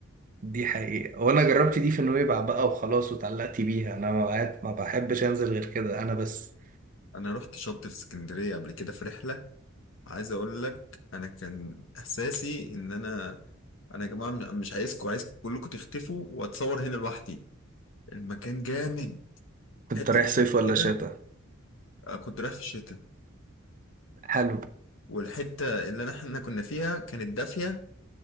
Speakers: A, on the right; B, on the left.
A: دي حقيقة وانا جربت دي في نويبع بقى وخلاص واتعلقت بيها انا ما بقعد- ما بحبش انزل غير كده انا بس
B: انا رحت شط في اسكندريه قبل كده في رحله عايز اقول لك انا كان احساسي ان انا انا يا جماعه مش عايزكم عايزكم كلكم تختفوا واتصور هنا لوحدي المكان جامد
A: كنت
B: حته
A: رايح
B: شط
A: صيف ولا
B: كده
A: شتا
B: آه، كنت رايح في الشتاء
A: حلو
B: والحتة اللي أنا- احنا كنا فيها كانت دافية